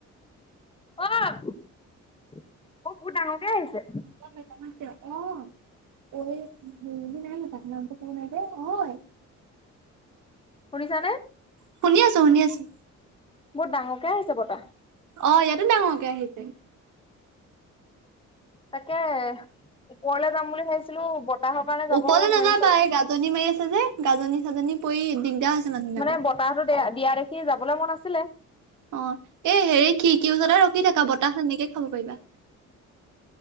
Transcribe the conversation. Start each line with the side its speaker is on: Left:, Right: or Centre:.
Left: অ', অ', বহুত ডাঙৰকে আহিছে।
Right: <unintelligible> নাই তাত নামটো কব নাই যে হয়।
Left: শুনিছানে
Right: শুনি আছো শুনি আছো
Left: বহুত ডাঙৰকে আহিছে বতাহ
Right: অ', ইয়াতো ডাঙৰকে আহিছে
Left: তাকে ওপৰলে যাম বুলি ভাবিছিলো বতাহৰ কাৰণে যাব
Right: ওপৰলে নাযাবা
Left: নোৱাৰিম চাগে
Right: এই গাজনি মাৰি যে গাজনি চাজনি পৰি দিগদাৰ হৈছে মানুহ বিলাকৰ
Left: মানে বতাহতো দিয়া দিয়া দেখি যাবলৈ মন আছিলে।
Right: অ', এ হেৰি কি কিউজা ৰখি থাকা বতাহ এনেকে খাব পাৰিবা